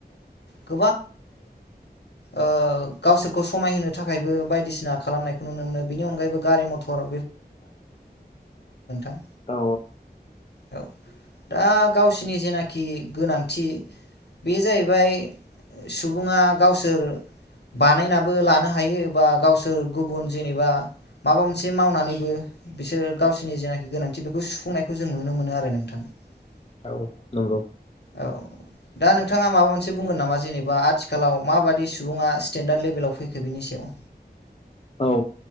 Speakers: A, on the left; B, on the left.
A: <inaudible> ओ गावसोरखौ समायहोनो थाखायबो बायदिसिना खालामनायखौ नुनो मोनो बेनि अनगायैबो गारि मथर <inaudible>
B: औ
A: औ दा गावसिनि जेनाखि गोनांथि बे जाहैबाय सुबुङा गावसोर बानायनाबो लानो हायो बा गावसोर गुबुन जेनेबा <inaudible>
B: औ नंगौ
A: <inaudible> जेनेबा आथिखालाव माबादि सुबुंङा स्टेेनडार्द लेभेलाव फैखो बिनि सायाव
B: औ